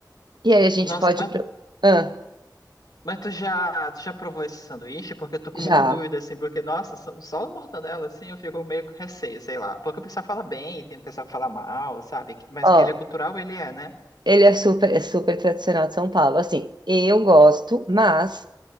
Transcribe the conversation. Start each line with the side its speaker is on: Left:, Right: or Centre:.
Right: E aí a gente
Left: Nossa,
Right: pode
Left: mas,
Right: ir pro... Ah,
Left: mas tu já, tu já provou esse sanduíche? Porque eu tô com muita
Right: já.
Left: dúvida, assim, porque, nossa, só, só o mortadela, assim, eu fico meio com receio, sei lá. Porque o pessoal fala bem, tem o pessoal que fala mal, sabe? Mas
Right: Ó,
Left: que ele é cultural, ele é, né?
Right: Ele é super, é super tradicional de São Paulo. Assim, eu gosto, mas